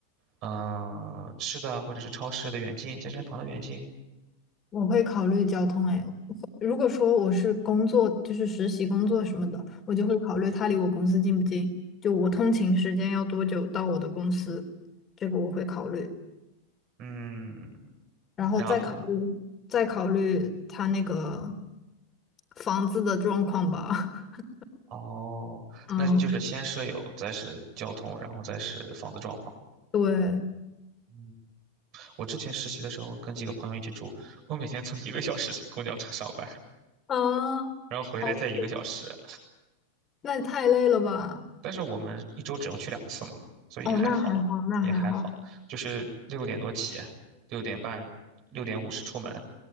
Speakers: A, on the right; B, on the left.
A: 嗯、呃吃的，或者是超市的远近，健身房的远近，
B: 我会考虑交通哎，如果说我是工作，就是实习工作什么的，我就会考虑它离我公司近不近，就我通勤时间要多久到我的公司，这个我会考虑，
A: 嗯，
B: 然后再考虑再考虑他那个
A: 然后呢？
B: 房子的状况吧。<laughs>
A: 哦，
B: 嗯，
A: 那就是先舍友，再是交通，然后再是房子状况。
B: 对
A: 嗯，我之前实习的时候跟几个朋友一起住，我每天坐一个小时公交车上班，
B: 啊，
A: 然后回来再一个小时。
B: 哦，那太累了吧？
A: 但是我们一周只能去两次嘛，所以还好，
B: 哦，那还好，那还好，
A: 也还好。就是六点多起，六点半、六点五十出门，